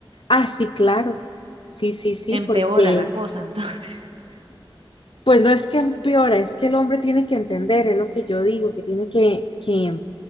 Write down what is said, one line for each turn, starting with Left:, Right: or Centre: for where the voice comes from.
Left: ah, sí, claro, sí, sí, sí,
Right: empeora
Left: porque...
Right: la cosa, entonces.
Left: Pues no es que empeora, es que el hombre tiene que entender, es lo que yo digo, que tiene que, que,